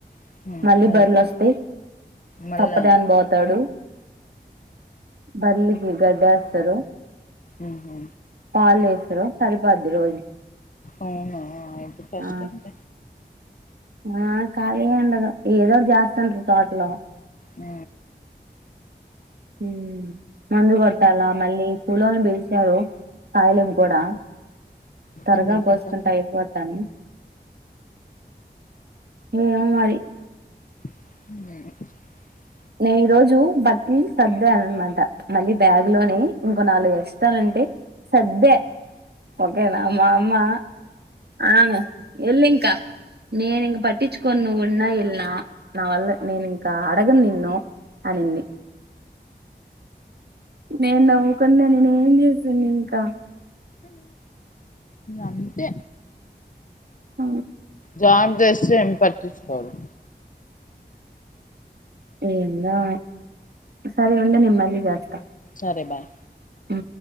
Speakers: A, on the left; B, on the right.
A: ఉహు
B: మళ్ళీ
A: మళ్ళ
B: బరిలుొస్తే
A: మళ్ళా
B: చప్పద అన పోతాడు బర్లికి గడి ఏస్తారు
A: ఉహు
B: పాలు సరిపోద్ది రోజు
A: అవునా ఇయితే కష్టంట
B: ఆ ఆ కలినే ఉండదు ఏదో ఒకటి చేస్తూనే ఉంటారు తోటలో
A: ఆ
B: హ ముందు గోట్టాల మళ్ళీ పూలలను పిలిచారు కాయిలం కూడా త్వరగా
A: ఇది మెంతుల్తోని
B: కోసుకుంటా అయిపోతని ఏమో మరి
A: అ
B: నేను ఈ రోజు బట్టలు సద్దున అనమాట మళ్ళీ బ్యాగ్ లోని ఇంకో నాలుగు వస్తాయ్ అంటే సద్దే ేనామా అమ్మా ఆ ఎలింకా నేను ఇంక పట్టించుకోను నువ్వున్నా ఇల్నా నా వల్ల నేను ఇంకా అడగను నిన్న నో అనింది నేను నవ్వుకున్నా నేను ఏం చేసాను ఇంకా
A: అంతే
B: ఆ
A: జాబ్ చేస్తే ఏం పటించుకోరు
B: ఏందో సరే ఉండు నేను మళ్ళీ చేస్తా
A: సరే బాయ్
B: ఉ